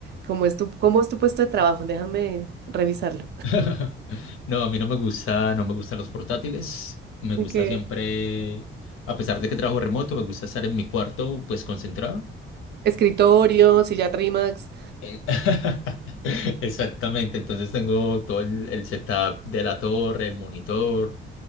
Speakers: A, on the right; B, on the left.
A: ¿cómo es tu, cómo es tu puesto de trabajo? Déjame revisarlo.
B: <laughs> No, a mí no me gusta, no me gustan los portátiles. Me gusta
A: <laughs> Ok.
B: siempre, a pesar de que trabajo remoto, me gusta estar en mi cuarto, pues concentrado.
A: Escritorio, silla RIMAX.
B: Eh, <laughs> Exactamente, entonces tengo todo el, el setup de la torre, el monitor